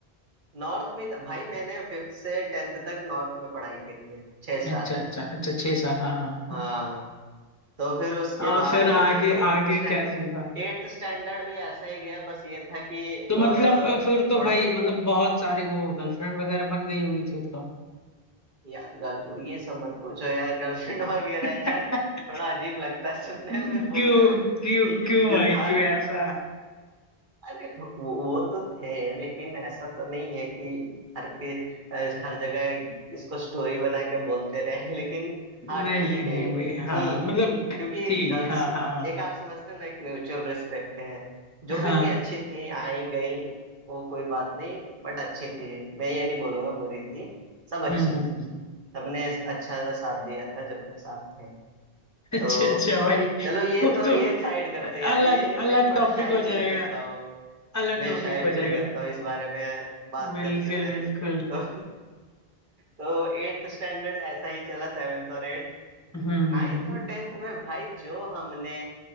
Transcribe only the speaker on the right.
नॉर्थ में था- भाई मैंने फिफ्थ से टेंथ तक नॉर्थ में पढ़ाई करी है छह साल
हाँ तो फिर उसके
बाद
भाई एट्थ
स्टैंड
एट्थ स्टैंडर्ड भी ऐसा ही गया बस ये था कि अ,
थोड़ा
यार गर्ल ये सब मत पूछो यार गर्लफ्रेंड <laughs> वगैरह
यार थोड़ा अजीब लगता है सुनने
में बोलने में
<laughs>
जो
था
अरे वो, वो तो थे लेकिन ऐसा तो नहीं है कि हर के अ, हर जगह इसको स्टोरी बना के बोलते रहे <laughs> लेकिन हाँ
ठीक
है
थी
क्योंकि
गर्ल्स
एक आप समझते हो ना एक म्यूचुअल रिस्पेक्ट है जो
भी थी अच्छी थी आई गई वो कोई बात नहीं बट अच्छी थी मैं ये नहीं बोलूंगा बुरी थी सब
अच्छी
थी
सबने अच्छा साथ दिया था जब तक साथ थे
तो
चलो ये
तो
ये साइड करते हैं यार
ये, ये मैं
थोड़ा
शाई
फील
करता हूँ
मैं
शाई
फील
करता हूँ इस बारे में बात
करते हुए <laughs>
तो तो एट्थ स्टैंडर्ड ऐसा ही चला सेवेंथ और एट्थ
नाइन्थ
और टेंथ में भाई जो हमने